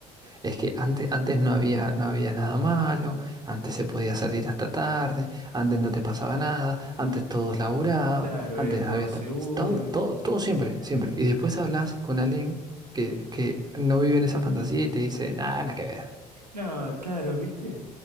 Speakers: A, on the right; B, on the right.
A: Es que antes, antes no había, no había nada malo, antes se podía salir hasta tarde, antes no te pasaba nada, antes todos laburaban,
B: Claro,
A: antes
B: era todo
A: había...
B: seguro.
A: tra- Todo, todo, todo siempre, siempre. Y después hablas con alguien que, que no vive en esa fantasía y te dice, nada, nada que ver.
B: No, claro, viste.